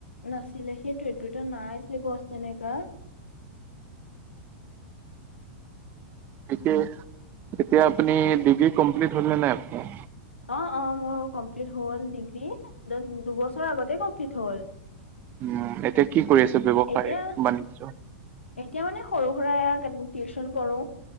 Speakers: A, on the left (about 80°); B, on the right (about 30°).
A: নাছিলে সেইটো সটো এটা নাইছে গছ তেনেককা
B: এতিয়া আপুনি ডিগ্ৰী কমপ্লিট হলে নাই আপাৰ
A: অ অ মোৰ কমপ্লিট হ'ল ডিগ্ৰী দুবছৰৰ আগতে কমপ্লিট হ'ল
B: উম এতিয়া কি কৰি আছে ব্য্ৱসায়
A: এতিয়া
B: বাণিজ্্য
A: এতিয়া মানে সৰু সুৰা <unintelligible> টিউচন কৰো